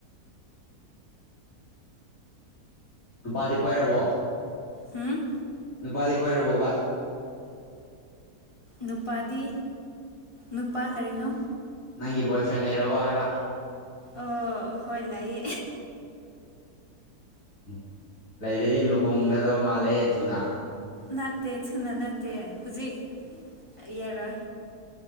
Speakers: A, on the left; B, on the left.
A: ꯅꯨꯄꯥꯗꯤ ꯀꯣꯏꯔꯥꯕꯣ
B: ꯑꯝ
A: ꯅꯨꯄꯥꯗꯤ ꯀꯣꯏꯔꯕꯣꯕꯥ
B: ꯅꯨꯄꯥꯗꯤ ꯅꯨꯄꯥ ꯀꯔꯤꯅꯣ
A: ꯅꯪꯒꯤ ꯕꯣꯏꯐ꯭ꯔꯦꯟ ꯂꯩꯔꯕꯣ ꯍꯥꯏꯕꯥ
B: ꯑꯣ ꯍꯣꯏ ꯂꯑꯌꯦ
A: ꯎꯝ ꯂꯩꯔꯗꯤ ꯂꯨꯍꯣꯡꯒꯗꯕ ꯃꯥꯜꯂꯦ ꯊꯨꯅꯥ
B: ꯅꯠꯇꯦ ꯊꯨꯅ ꯅꯠꯇꯦ ꯍꯧꯖꯤꯛ ꯌꯥꯔꯣꯏ